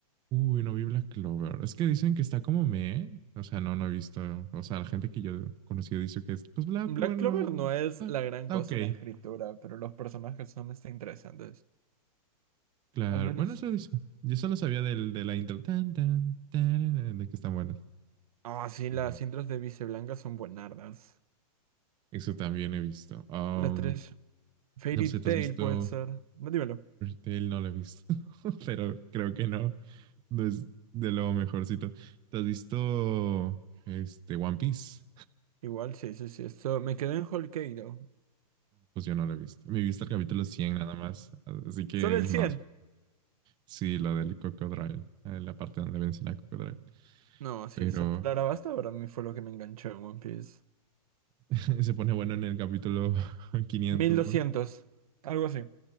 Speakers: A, on the right; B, on the right.
A: Uy, no vi Black Clover. Es que dicen que está como me. O sea, no, no he visto. O sea, la gente que yo he conocido dice que es, pues Black
B: Black
A: Clover
B: Clover
A: no
B: no es
A: está,
B: la gran
A: está
B: cosa
A: ok.
B: en la escritura, pero los personajes son este, interesantes.
A: Claro,
B: Al menos.
A: bueno, eso dice. Yo solo sabía del, de la intro, tan, tan, tararán, de que están buenas.
B: Ah, sí,
A: Y
B: las intros de Vice Blanca son buenardas.
A: Eso también he visto. Um,
B: La 3 Fairy
A: no sé, ¿tú
B: Tail
A: has visto
B: puede ser. No dímelo.
A: Tale? No lo he visto, <laughs> pero creo que no. No es de lo mejorcito. ¿Te has visto este, One Piece?
B: Igual, sí, sí, sí. Esto, me quedé en Whole Cake, ¿no?
A: Pues yo no lo he visto. Me he visto el capítulo 100 nada más. Así que,
B: Solo el 100.
A: no, sí, lo del Cocodrilo, eh, la parte donde vence la Cocodrilo.
B: No, sí,
A: Pero
B: esa palabra basta para mí fue lo que me enganchó en One Piece.
A: <laughs> se pone bueno en el capítulo <laughs> quinientos
B: Mil doscientos.
A: ¿no?
B: Algo así.